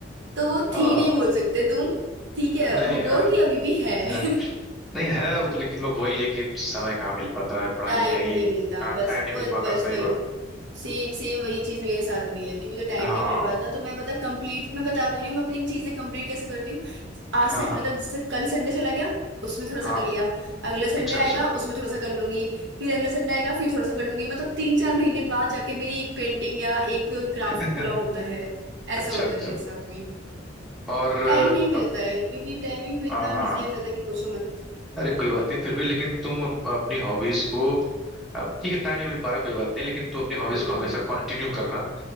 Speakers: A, on the right; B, in the centre.
A: तो वो
B: आ,
A: थी नहीं बोल सकते तुम ठीक है
B: नहीं
A: वो कहो कि अभी भी है
B: आ,
A: <laughs>
B: नहीं है लेकिन वो वही है कि समय कहाँ मिल पाता है पढ़ाई
A: टाइम
B: लिखाई
A: नहीं मिलता
B: टाइम
A: बस
B: नहीं
A: बस
B: मिल पाता
A: बस
B: सही
A: वही
B: बात
A: सेम सेम वही चीज मेरे साथ भी है कि मुझे टाइम
B: हाँ
A: नहीं मिल पाता तो मैं पता कंप्लीट मैं बता तो रही हूँ मैं अपनी चीजें कंप्लीट कैसे करती हूँ आज
B: हाँ
A: सन- मतलब जैसे कल संडे चला गया उसमें थोड़ा सा
B: हाँ
A: कर लिया अगला संडे
B: अच्छा
A: आएगा
B: अच्छा
A: उसमें थोड़ा सा कर लूंगी फिर अगला संडे आएगा फिर थोड़ा सा कर लूंगी मतलब तीन चार महीने बाद जाके मेरी एक पेंटिंग या एक क्राफ्ट
B: <laughs>
A: पूरा होता है ऐसा
B: अच्छा
A: होता
B: अच्छा
A: है मेरे साथ में
B: और
A: टाइम नहीं मिलता
B: अप-
A: है क्योंकि टाइमिंग भी
B: हाँ
A: इतना
B: हाँ।
A: बिजी हो जाता है कि पूछो मत
B: अरे कोई बात नहीं फिर भी लेकिन तुम अप, अपनी हॉबीज को अब ठीक है टाइम नहीं मिल पा रहा कोई बात नहीं लेकिन तुम अपनी हॉबीज
A: हम्म
B: को हमेशा
A: हम्म।
B: कंटिन्यू करना